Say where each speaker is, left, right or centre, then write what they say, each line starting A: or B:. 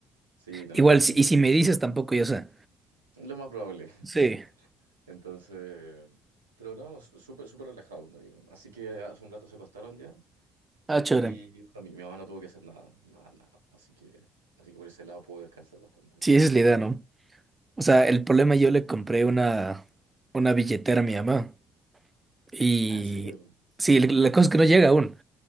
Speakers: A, on the right (about 80°); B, on the right (about 20°).
A: sí, no,
B: Igual,
A: ni, ni-
B: si-
A: ninguna.
B: y si me dices, tampoco yo sé.
A: Es Lo más probable.
B: Sí.
A: <laughs> Entonces, pero no, s- súper, súper relajado, como digo. Así que hace un rato se acostaron ya
B: Ah, chévere.
A: y bueno, mi, mi mamá no tuvo que hacer nada, nada, nada. Así que, así que por ese lado puedo descansar bastante,
B: Sí,
A: menos
B: esa
A: mal.
B: es la idea, ¿no? O sea, el problema yo le compré una, una billetera a mi mamá. Y
A: Ah, ¿en serio?
B: sí, la la cosa es que no llega aún.